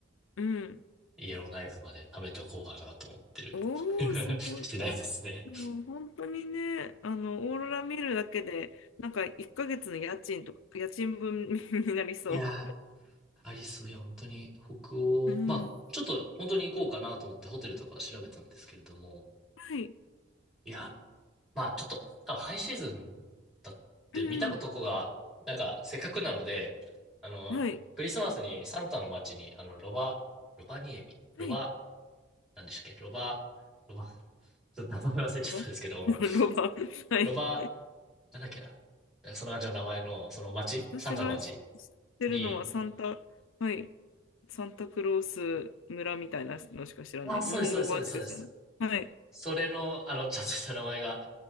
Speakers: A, on the left; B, in the centre.
A: うん。
B: イエローナイフまで貯めておこうかなと思ってる
A: おー、
B: <laughs>
A: すごい。
B: 次第ですね。
A: もう本当にね、あの、オーロラ見るだけで、なんか1ヶ月の家賃とか、家賃分 <laughs> になりそう。
B: いやー、アリス、いや、本当に北欧、
A: うん。
B: まあ、ちょっと本当に行こうかなと思ってホテルとか調べたんですけれども、
A: はい。
B: いや、まあちょっと、多分ハイシーズンだって見たことが、
A: うん。
B: なんかせっかくなので、あの、
A: はい。
B: クリスマスにサンタの街に、あの、ロバ、ロバニエミ、ロバ、
A: はい。
B: なんでしたっけ、ロバ、ロバ、ちょっと名前忘れちゃったんですけど、
A: ロバ <laughs> ロバ。はい。
B: ロバなんだっけな。なんかそんな感じの名前の、その町、
A: 私が知っ
B: サンタの町
A: てるのはサンタ、
B: に、
A: はい。サンタクロース村みたいなのしか知らない。
B: あ、そうです、
A: 日本語版しか知らない。
B: そうです、そうです、そうです。
A: はい。
B: それの、あの、ちゃんとした名前が、